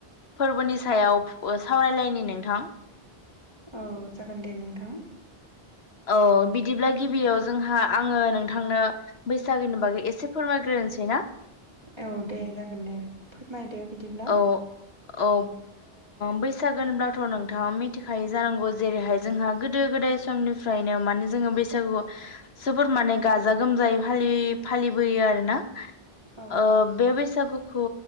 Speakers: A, on the left; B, on the right.
A: फोरबोनि सायाव सावरायलायनि नोंथां।
B: औ जागोन दे नोंथां।
A: औ बिदिब्ला गिबियाव जोंहा आङो नोंथांनो बैसागोनि बागै एसे फोरमायग्रोसै ना।
B: औ दे जागोन दे फोरमायदो बिदिब्ला।
A: औ औ बैसागो होनब्लाथ' नोंथाङा मिथिखायो जानांगौ जेरैहाय जोंहा गोदो गोदाय समनिफ्रायनो माने जोङो बैसागु जोबोर माने गाजा गोमजायै फालि फालि बोयो आरोना
B: औ
A: ओ बे बैसागुखौ